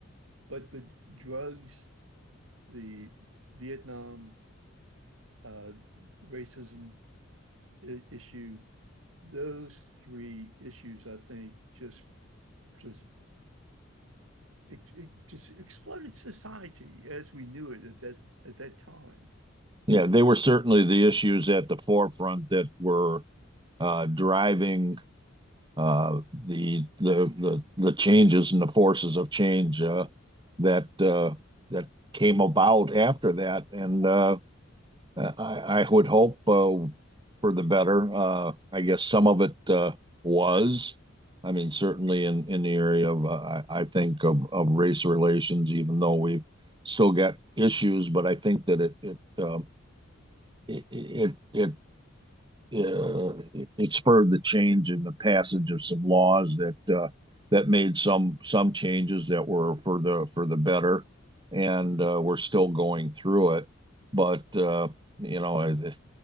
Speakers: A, on the right; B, on the right.
A: But the drugs, the Vietnam, uh, racism i- issue, those three issues, I think, just just it, it just exploded society as we knew it at that at that time.
B: Yeah, they were certainly the issues at the forefront that were uh, driving uh, the, the the the changes and the forces of change uh, that uh, that came about after that, and uh, I, I would hope uh, for the better. Uh, I guess some of it uh, was. I mean, certainly in, in the area of, uh, I, I think of, of race relations, even though we've still got issues, but I think that it, it, um, it, it, it uh, it, it spurred the change in the passage of some laws that uh, that made some some changes that were for the for the better, and uh, we're still going through it. But uh, you know, it,